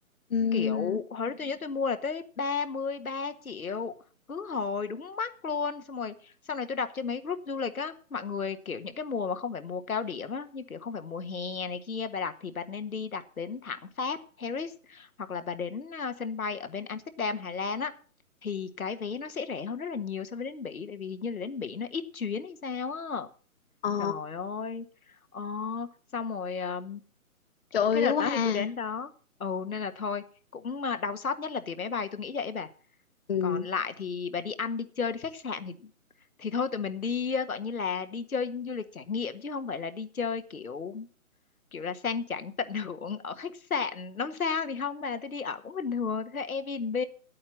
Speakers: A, on the left (about 45°); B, on the left (about 75°).
A: Ừm.
B: kiểu hồi đó tôi nhớ tôi mua là tới ba mươi ba triệu cứ hồi đúng mắc luôn xong rồi sau này tôi đọc trên mấy group du lịch á mọi người kiểu những cái mùa mà không phải mùa cao điểm á như kiểu không phải mùa hè này kia bà đặt thì bà nên đi đặt đến thẳng Pháp Paris hoặc là bà đến à, sân bay ở bên Amsterdam Hà Lan á thì cái vé nó sẽ rẻ hơn rất là nhiều so với đến Bỉ tại vì hình như là đến Bỉ nó ít chuyến hay sao á
A: Ồ,
B: trời ơi ờ, xong rồi à,
A: trời
B: cái đợt
A: ơi, quá
B: đó thì
A: ha.
B: tôi đến đó ừ nên là thôi cũng à, đau xót nhất là tiền máy bay tôi nghĩ vậy bà
A: Ừ.
B: còn lại thì bà đi ăn đi chơi đi khách sạn thì thì thôi tụi mình đi ờ, gọi như là đi chơi du lịch trải nghiệm chứ không phải là đi chơi kiểu kiểu là sang chảnh tận hưởng ở khách sạn năm sao thì không mà tôi đi ở cũng bình thường tôi thuê Airbnb